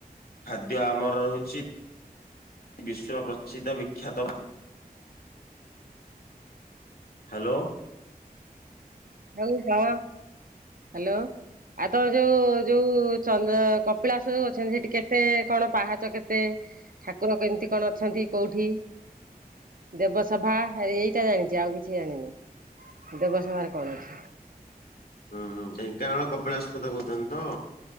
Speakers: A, on the left; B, on the right.
A: ଖାଦ୍ୟ ଆମର ରହୁଛି। ବିଶ୍ୱ ରଚିତ ବିଖ୍ୟାତ ହାଲୋ।
B: ହଉ କଣ ହାଲୋ ଆଉ ତ ଯୋଉ ଯୋଉ ଚନ୍ଦ୍ର କପିଳାସ ଯଉ ଅଛନ୍ତି ସେଠି କେତେ କଣ ପାହାଚ କେତେ ଠାକୁର କେମିତି କଣ ଅଛନ୍ତି କୋଉଠି ଦେବସଭା ଏଇଟା ଜାଣିଛି ଆଉ କିଛି ଜାଣିନି ଦେବସଭାର କଣ ଅଛି?
A: ହୁଁ ହୁଁ ଢେଙ୍କାନାଳ କପିଳାସ କଥା କହୁଛନ୍ତି ତ?